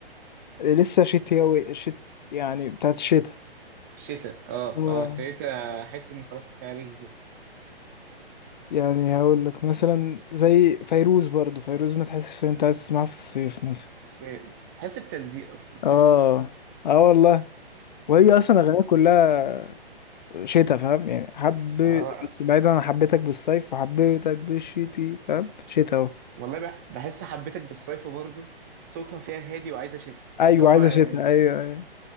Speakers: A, on the left; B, on the right.
A: لسه شتوي شت يعني بتاعت الشتاء
B: شتاء اه
A: آه
B: فابتديت احس ان خلاص كفاية عليك كده
A: يعني هقول لك مثلا زي فيروز برضو فيروز ما تحسش ان انت عايز تسمعها في الصيف مثلا
B: بس تحس بتلزيق اصلا
A: اه
B: فاهم
A: اه والله وهي اصلا اغانيها كلها شتاء فاهم يعني حب
B: اه
A: بس بعيدا عن حبيتك بالصيف وحبيتك بالشتي فاهم شتاء اهو
B: والله بح- بحس حبيتك بالصيف برضو صوتها فيها هادي وعايزة شتاء
A: ايوه
B: اللي هو
A: عايزه
B: يعني
A: شتاء
B: انت-
A: ايوه ايوه